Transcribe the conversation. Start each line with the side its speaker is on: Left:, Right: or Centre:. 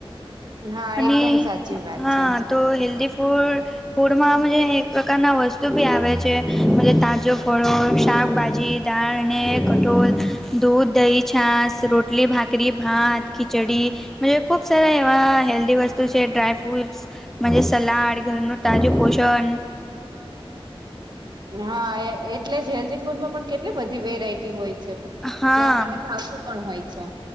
Right: હા
Centre: અને
Right: એકદમ સાચી વાત
Centre: હા
Right: છે.
Centre: તો હેલ્દી ફૂડ ફૂડમાં અમે એક પ્રકારના વસ્ત તુંબી આવે છે મત તાજો ફળો શાકભાજી દાળ અને કઠોળ. દૂધ, દહી, છાંસ, રોટલી, ભાકરી, ભાત, ખિચડી. મયે ખુબ સારા એવા હેલ્ધી વસ્તુ છે ડ્રાય ફ્રુટસ. મજે સલાડ ઘરનું તાજું પોષન.
Right: હા એ એટલે જ હેલ્ધી ફૂડમાં પણ કેટલી બધી વેરાયટી હોય છે.
Centre: હા
Right: જે આપણને ભાવતી પણ હોય છે.